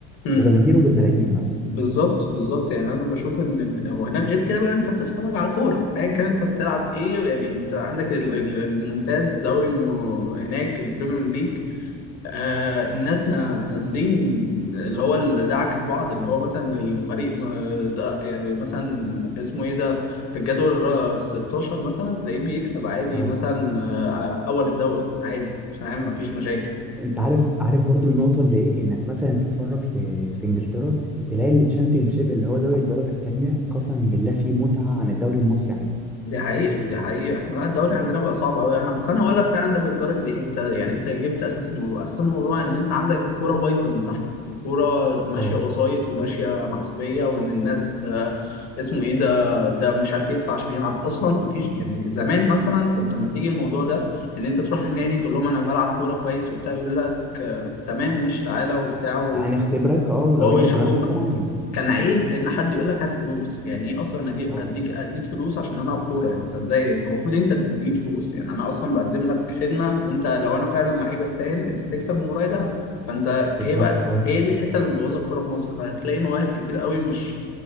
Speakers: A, on the left (about 60°); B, in the centre.
A: امم
B: وجماهيره بالملايين مثلا
A: بالظبط بالظبط يعني انا بشوف ان إن- هو هناك غير كده بقى انت بتتفرج على كوره ايا كان انت بتلعب ايه يعني انت عندك ال- ال- الممتاز دوري م... هناك البريمير ليج آه الناس نا- نازلين اللي هو اللي دعك ببعض اللي هو مثلا الفريق ما- ده يعني مثلا اسمه ايه ده في الجدول ال 16 مثلا تلاقيه بيكسب عادي
B: اه
A: مثلا آه، اول الدوري عادي فاهم مفيش مشاكل
B: انت عارف عارف برضو النقطه اللي ايه انك مثلا تتفرج في في انجلترا تلاقي التشامبيونشيب اللي هو دوري الدرجه الثانيه قسما بالله فيه متعه عن الدوري المصري عندنا
A: دي حقيقي دي حقيقي احنا لا، الدوري عندنا بقى صعب قوي انا بس انا هقول لك فعلا ده بيندرج لايه انت يعني انت جبت اساس الموضوع اساس الموضوع ان انت عندك الكوره بايظه من تحت الكوره ماشيه
B: اه
A: وسايط وماشيه محسوبيه وان الناس آه، اسمه ايه ده ده مش عارف يدفع عشان يلعب اصلا مفيش يعني زمان مثلا كنت لما تيجي الموضوع ده ان انت تروح للنادي تقول لهم انا بلعب كوره كويس وبتاع يقول لك آه، تمام مش تعالى وبتاع
B: تعال نختبرك اه ولو
A: وهو
B: انت
A: يشوفوك
B: تمام ما انت معانا
A: كان عيب ان حد يقول لك هات فلوس يعني ايه اصلا اجي
B: اه
A: اديك اديك فلوس عشان العب كوره انت ازاي انت المفروض انت اللي تديني فلوس يعني انا اصلا بقدم لك خدمه وانت لو انا فعلا لعيب استاهل انت هتكسب من ورايا دهب فانت
B: بالظبط
A: هي بقى
B: اه
A: هي دي
B: اه
A: الحته اللي مبوظه الكوره في مصر فهتلاقي مواهب كتير قوي مش